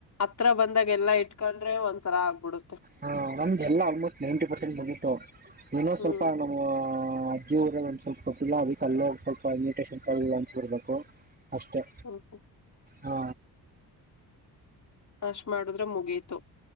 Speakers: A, on the left (about 45°); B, on the right (about 25°).
A: ಹತ್ರ ಬಂದಾಗ ಎಲ್ಲ ಇಟ್ಕೊಂಡ್ರೆ ಒಂತರ ಆಗ್ಬಿಡು
B: ಹಾ ನಮ್ದ ಎಲ್ಲಾ ಆಲ್ಮೋಸ್ಟ್ ನೈಂಟಿ ಪರ್ಸೆಂಟ್ ಮುಗಿತ್ತು ಏನೋ
A: ಹ್ಮ್
B: ಸ್ವಲ್ಪ ನಮ್ ಆ ಅಜ್ಜಿ ಊರ ಒಂದ್ ಸ್ವಪ್ ಕೊಟ್ಟಿಲ್ಲ ಅದಕ್ಕೆ ಅಲ್ಲೋಗ ಸ್ವಲ್ಪ ಇನ್ವಿಟೇಶನ್ ಕರೆಲ್ಲ ಹಂಚಿಬರ್ಬೇಕು. ಅಷ್ಟೇ
A: ಹ್ಮ್ ಹ್ಮ್
B: ಹಾ
A: ನಾಶ್ ಮಾಡುದ್ರೆ ಮುಗಿತು